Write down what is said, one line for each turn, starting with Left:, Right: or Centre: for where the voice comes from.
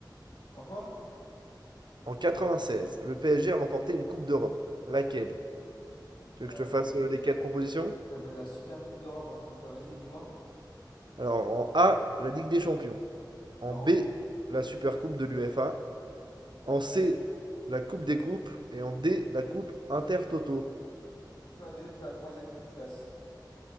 Left: En quoi?
Right: En 96, le PSG a remporté une Coupe d'Europe. Laquelle? Tu
Left: Euh,
Right: veux que je te fasse euh, les quatre propositions?
Left: ça s'appelle la Super Coupe d'Europe, un truc comme ça. Vas-y, dis-moi.
Right: Alors, en A, la Ligue des Champions.
Left: Non.
Right: En B, la Super Coupe de l'UEFA. En C,
Left: Ouais.
Right: la coupe des coupes. Et en D, la coupe intertoto.
Left: C'est soit la deuxième, soit la troisième. Je crois que c'est la.